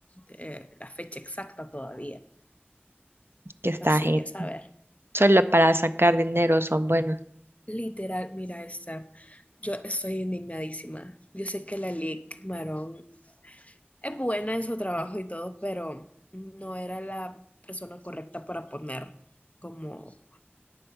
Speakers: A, on the left; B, on the right.
A: eh, la fecha exacta todavía.
B: Que está
A: Así
B: gente.
A: que, ¿sabes?
B: Solo para sacar dinero son buenos.
A: Literal, mira esta. Yo estoy indignadísima. Yo sé que la Lic Marón es buena en su trabajo y todo, pero no era la persona correcta para poner como,